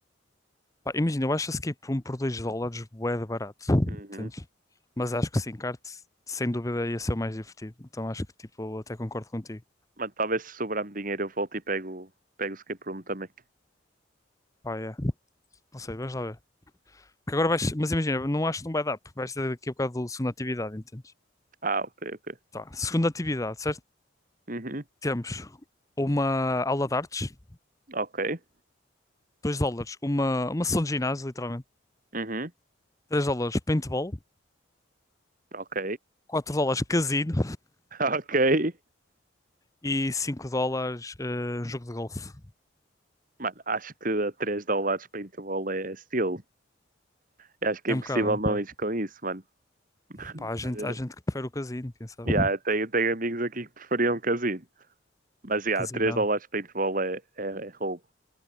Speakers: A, on the left; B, on the right.
A: Pá, imagina, eu acho escape room por 2 dólares bué de barato.
B: Uhum.
A: Entendes? Mas acho que sim, kart sem dúvida ia ser o mais divertido. Então acho que tipo, eu até concordo contigo.
B: Mano, talvez se sobrar-me dinheiro eu volto e pego, pego o escape room também.
A: Pá, é. Não sei, vamos lá ver. Porque agora vais, mas imagina, não acho que não vai dar, porque vais ter daqui a bocado do segunda atividade, entendes?
B: Ah, ok, ok.
A: Tá, segunda atividade, certo?
B: Uhum.
A: Temos uma aula de artes,
B: Ok.
A: 2 dólares, uma, uma sessão de ginásio, literalmente,
B: Uhum.
A: 3 dólares paintball,
B: Ok.
A: 4 dólares casino
B: <laughs> Ok.
A: e 5 dólares eh, jogo de golfe.
B: Mano, acho que a 3 dólares para intervalo é steal. Eu acho que
A: É
B: é impossível
A: um bocado, é um bocado.
B: não ir com isso, mano. <laughs>
A: Pá, há gente,
B: Mas, eh,
A: há gente que prefere o casino, quem sabe?
B: yeah, eu tenho, tenho amigos aqui que preferiam um casino. Mas, yeah,
A: Casinado.
B: 3 dólares para intervalo é, é, é roubo.